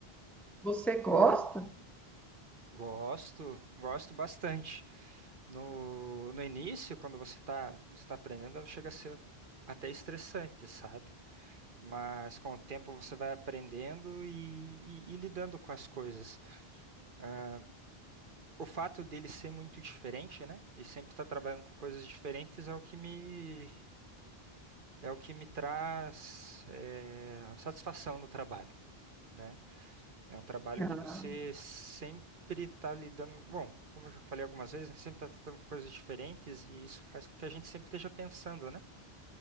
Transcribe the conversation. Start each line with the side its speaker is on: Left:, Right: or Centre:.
Centre: Você gosta?
Right: Gosto, gosto bastante. No, no início, quando você está quando você tá aprendendo, chega a ser até estressante, sabe? Mas com o tempo você vai aprendendo e, e, e lidando com as coisas. Ah, O fato dele ser muito diferente, né? E sempre estar trabalhando com coisas diferentes é o que me é o que me traz eh, a satisfação no trabalho, né? É um trabalho
Centre: Ah,
Right: que você sempre está lidando, bom, como eu já falei algumas vezes, né, sempre está tratando com coisas diferentes e isso faz com que a gente sempre esteja pensando, né?